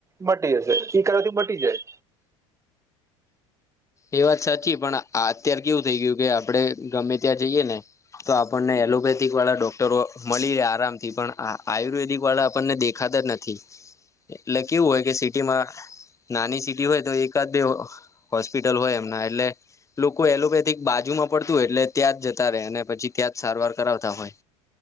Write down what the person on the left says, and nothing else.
એ વાત સાચી પણ આત્યારે કેવું થઈ ગયું કે આપડે ગમે ત્યાં જઈએ ને તો આપણને એલોપેથિક વાળા ડોક્ટરો <inaudible> મળી રહે આરામ થી પણઆ આયુર્વેદિક વાળા આપણને દેખાતા જ નથી. નથી એટલે કેવું હોય કે સિટીમાં નાની સિટી હોય તો એકાદ બે હોસ્પિટલ હોય એમના એટલે લોકો એલોપેથિક બાજુમાં પડતું હોય એટલે ત્યાં જતા રેય અને પછી ત્યાં જ સારવાર કરાવતા હોય.